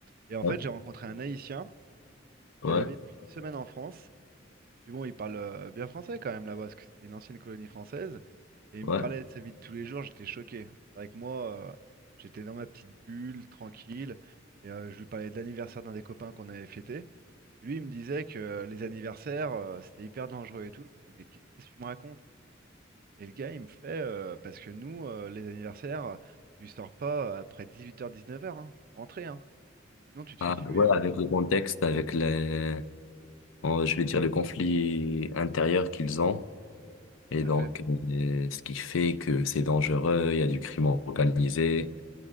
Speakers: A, on the right; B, on the left.
A: Et en
B: Ouais,
A: fait, j'ai rencontré un Haïtien
B: ouais,
A: qui est arrivé depuis une semaine en France, Puis bon, il parle euh, bien français quand même là-bas, parce que c'était une ancienne colonie française. Et il
B: ouais.
A: me parlait de sa vie de tous les jours, j'étais choqué. C'est vrai que moi, euh, j'étais dans ma petite bulle, tranquille. Et euh, je lui parlais de l'anniversaire d'un des copains qu'on avait fêté. Et lui, il me disait que euh, les anniversaires, euh, c'était hyper dangereux et tout. Je lui dis, mais qu'est- qu'est-ce que tu me racontes? Et le gars, il me fait, euh, parce que nous, euh, les anniversaires, tu sors pas après 18h-19h, hein. Faut Rentrer, hein. Sinon, tu te
B: Ah,
A: fais tuer,
B: ouais,
A: hein.
B: avec le contexte, avec les, oh, je vais dire, le conflit intérieur qu'ils ont. Et
A: Tout
B: donc,
A: à fait.
B: euh, ce qui fait que c'est dangereux, il y a du crime organisé,